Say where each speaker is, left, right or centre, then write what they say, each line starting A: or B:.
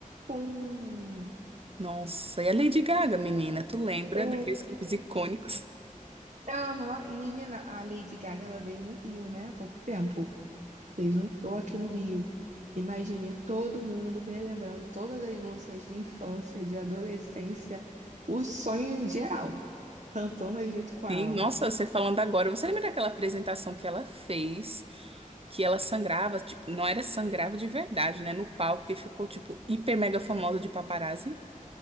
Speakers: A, on the right; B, on the right.
A: Com
B: Nossa, e a Lady Gaga, menina, tu lembra
A: é,
B: daqueles clipes icônicos?
A: aham. E, Menina, a Lady Gaga ela veio no Rio, né? Há pouco tempo. Fez um show aqui no Rio. Imagine todo mundo relembrando todas as músicas de infância, de adolescência, o sonho geral, cantando aí junto com ela.
B: Sim, nossa, você falando agora, você lembra daquela apresentação que ela fez? que ela sangrava, ti- não era sangrava de verdade, né? No palco que ficou, tipo, hiper mega famosa de paparazzi.